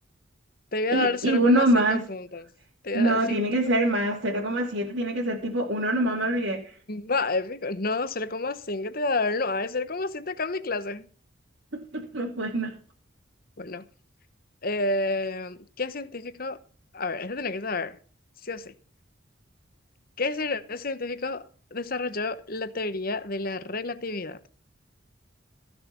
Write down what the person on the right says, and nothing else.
Y,
y
uno
más,
No,
tiene
que ser más, cero coma siete tiene que ser tipo 1, nomás me olvidé.
<laughs> Bueno,